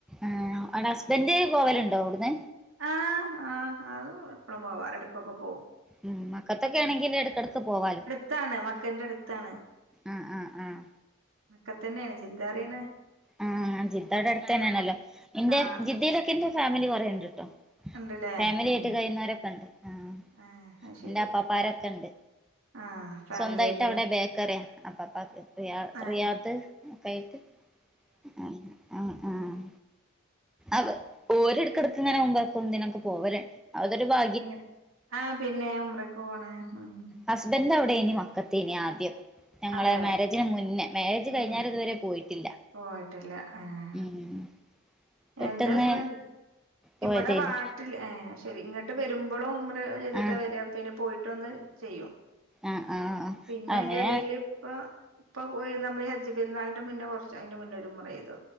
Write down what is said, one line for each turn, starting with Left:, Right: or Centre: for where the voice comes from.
Centre: ആഹ് അവിടെ ഹസ്ബൻഡ് പോവലുണ്ടോ അവിടുന്ന്
Right: ആഹ് ആഹ് അത് എപ്പഴും പോവാറ് എടക്കൊക്കെ പോവും
Centre: ഉം മക്കത്തൊക്കെ ആണെങ്കിൽ എടക്കടക്ക് പോവാലോ
Right: ത്താണ് മക്കന്റെ അടുത്താണ്
Centre: ആഹ് ആഹ് ആഹ്
Right: മക്ക തന്നെയാണ് ജിദ്ദാറിയണ്
Centre: ആഹ് ജിദ്ദാവ്ടെ അടുത്ത് തന്നെയാണല്ലോ എന്റെ
Right: ആ
Centre: ജിദ്ദയിലൊക്കെ എന്റെ ഫാമിലി കൊറേയ്ണ്ട് ട്ടോ
Right: ഉണ്ടല്ലേ
Centre: ഫാമിലിയായിട്ട്
Right: ആ
Centre: കയിയുന്നവരൊക്കെ ഉണ്ട് ആഹ്
Right: ആ അത് ശരി
Centre: എന്റെ അപ്പാപ്പാരൊക്കെ ഉണ്ട്
Right: ആഹ് ഫാമിലി
Centre: സ്വന്തായിട്ടവിടെ
Right: ആയിട്ടില്ലേ
Centre: ബേക്കറിയാ അപ്പപ്പാക്ക് റിയ
Right: ആഹ്
Centre: റിയാദ് കയിക്ക് ആഹ് ആഹ് അവ് ഓരടുക്കടുത്ത് ഇങ്ങനെ മുമ്പൊക്കെ <unintelligible> പോവലുണ്ട് അതൊരു ഭാ
Right: എങ്ങനെ ആഹ് പിന്നെ ഉമ്രക്ക പോണേ ഉം
Centre: ഹസ്ബൻഡവിടേനി മക്കത്തേനി ആദ്യം ഞങ്ങളെ
Right: അതെ
Centre: മാരേജിന് മുന്നേ മാരേജ് കഴി
Right: ഉം
Centre: തുവരെ പോയിട്ടില്ല
Right: പോയിട്ടില്ല ആഹ്
Centre: ഉം പെട്ടെന്ന്
Right: എന്റെ ഹസ്ബൻഡ്
Centre: പോയതേനി
Right: ഇവിടെ വാട്ടില് ആഹ് ശരി ഇങ്ങട്ട് വെരുമ്പളും ഉംറ ചെയ്തിട്ടാ
Centre: ആഹ്
Right: വരാ പിന്നെ പോയിട്ടൊന്ന് ചെയ്യും
Centre: ആഹ് ആഹ്
Right: പിന്നെ
Centre: അങ്ങനെ
Right: അയിന്റെടേല് പ്പൊ പ്പൊ പോയിന്ന മ്മളി ഹെൽ ജ്ജ് പെരുന്നാളിന്റെ മുന്നേ കൊറച്ച് അയ്ന്റെ മുന്നൊരുമ്മ്രയ്തു